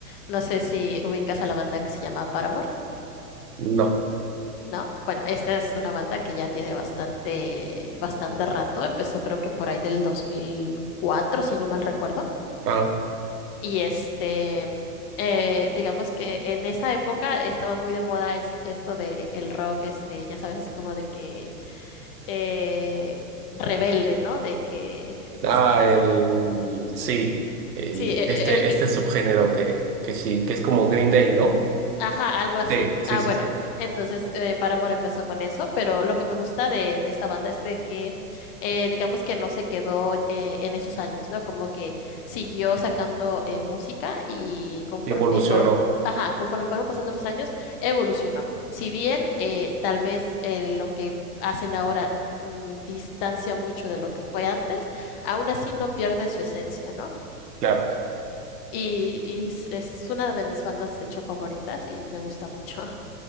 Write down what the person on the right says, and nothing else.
no.
Ah,
ah, el sí, el
este
este subgénero que que sí, que es como Green Day, ¿no?
Sí, sí,
sí,
sí.
Evolucionó,
claro.